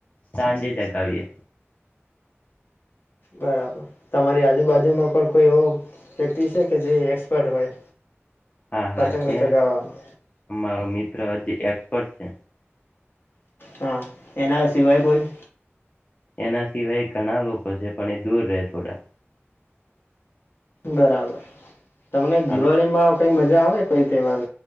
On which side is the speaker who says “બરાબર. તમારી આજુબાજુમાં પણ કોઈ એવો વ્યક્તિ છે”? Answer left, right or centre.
Left